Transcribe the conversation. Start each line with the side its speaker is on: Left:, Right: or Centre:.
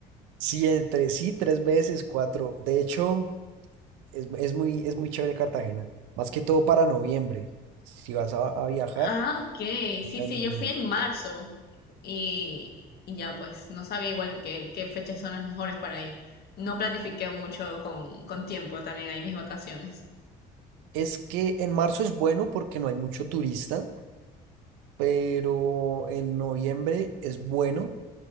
Right: Sí, entre sí, tres veces, cuatro. De hecho, es, es muy, es muy chévere Cartagena, más que todo para noviembre. Si vas a, a viajar,
Left: Ah, ok. Sí,
Right: ya
Left: sí,
Right: en noviembre.
Left: yo fui en marzo y, y ya pues no sabía igual qué, qué fechas son las mejores para ir. No planifiqué mucho con, con tiempo también ahí mis vacaciones.
Right: es que en marzo es bueno porque no hay mucho turista, pero en noviembre es bueno